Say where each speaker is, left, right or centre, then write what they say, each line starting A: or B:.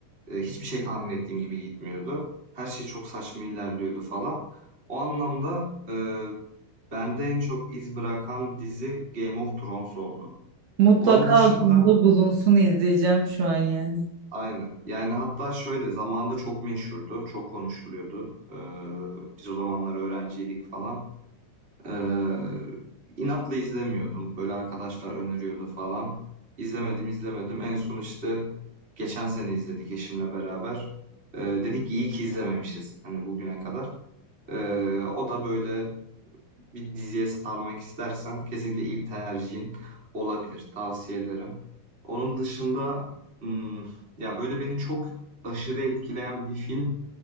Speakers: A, on the right; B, on the right.
A: e, hiçbir şey tahmin ettiğim gibi gitmiyordu. Her şey çok saçma ilerliyordu falan. O anlamda e, bende en çok iz bırakan dizi Game of Thrones oldu.
B: Mutlaka
A: Onun dışında
B: aklımda bulunsun izleyeceğim şu an yani.
A: Aynen. Yani hatta şöyle zamanda çok meşhurdu, çok konuşuluyordu. Ee, biz o zamanlar öğrenciydik falan. Ee, inatla izlemiyordum. Böyle arkadaşlar öneriyordu falan. İzlemedim, izlemedim. En son işte geçen sene izledik eşimle beraber. Ee, dedik ki iyi ki izlememişiz hani bugüne kadar. Ee, o da böyle bir diziye sarmak istersen kesinlikle ilk tercihin olabilir. Tavsiye ederim. Onun dışında hmm, ya böyle beni çok aşırı etkileyen bir film